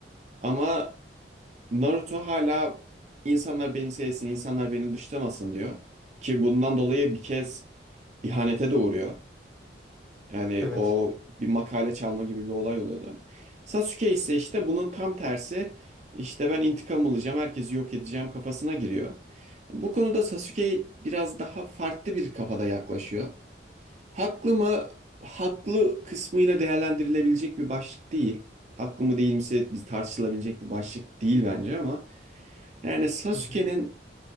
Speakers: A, on the right; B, in the centre.
A: Ama Naruto hala insanlar beni sevsin, insanlar beni dışlamasın diyor. Ki bundan dolayı bir kez ihanete de uğruyor. Yani
B: Evet.
A: o bir makale çalma gibi bir olay oluyordu. Sasuke ise işte bunun tam tersi. işte ben intikam alacağım, herkesi yok edeceğim kafasına giriyor. Bu konuda Sasuke biraz daha farklı bir kafada yaklaşıyor. Haklı mı? Haklı kısmıyla değerlendirilebilecek bir başlık değil. Haklı mı değil mi biz tartışılabilecek bir başlık değil bence ama yani Sasuke'nin
B: Hı hı.